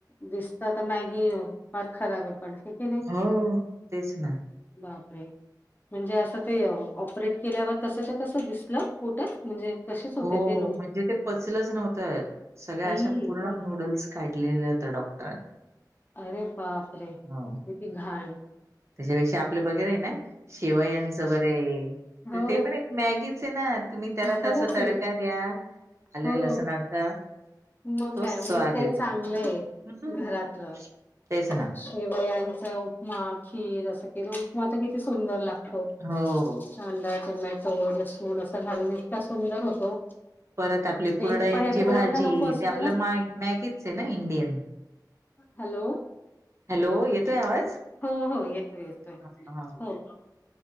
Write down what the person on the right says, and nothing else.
हो तेच ना
हो
म्हणजे ते पचलच नव्हतं सगळ्या
अशा पूर्ण
नूडल्स काढलेलं होतं डॉक्टरांनी.
हो.
त्याच्यापेक्षा आपलं बगैरे आहे ना शेवयांचं बरं आहे
ते पण एक मॅगी सेना तुम्ही त्याला
तसा तडका
द्या आलं,
लसणाचा
तोच
स्वाद
येतो
हम्म
तेच ना
हो
परत आपली
कुरडयांची
भाजी
ते आपलं
मा मॅगीच आहे ना इंडियन
हॅलो, येतोय आवाज?
हा हा